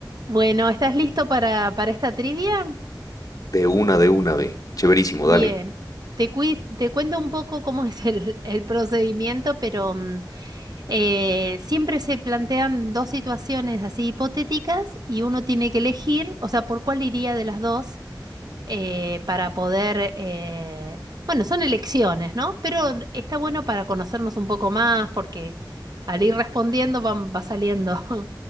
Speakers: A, on the right; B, on the left.
A: Bueno, ¿estás listo para, para esta trivia?
B: De una, de una, ve. Chéverísimo,
A: Bien.
B: dale.
A: Te, cui- te cuento un poco cómo <laughs> es el, el procedimiento, pero mm, eh, siempre se plantean dos situaciones así hipotéticas y uno tiene que elegir, o sea, por cuál iría de las dos eh, para poder, eh, bueno, son elecciones, ¿no? Pero está bueno para conocernos un poco más porque al ir respondiendo van- va saliendo <laughs>